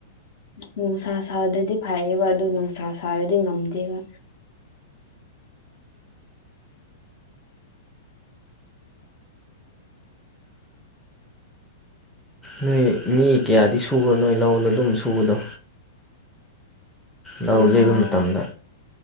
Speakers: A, on the left (about 55°); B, in the centre.
A: ꯅꯨꯡꯁꯥ ꯁꯥꯗ꯭ꯔꯗꯤ ꯐꯩꯌꯦꯕ ꯑꯗꯨ ꯅꯨꯡꯁꯥ ꯁꯥꯔꯗꯤ ꯉꯝꯗꯦꯕ
B: ꯅ‌ꯣꯏ ꯃꯤ ꯀꯌꯥꯗꯤ ꯁꯨꯕ꯭ꯔꯣ ꯅꯣꯏ ꯂꯧꯗꯣ ꯑꯗꯨꯝ ꯁꯨꯕꯗꯣ ꯂꯧ
A: ꯑꯥ
B: ꯌꯩꯕ ꯃꯇꯝꯗ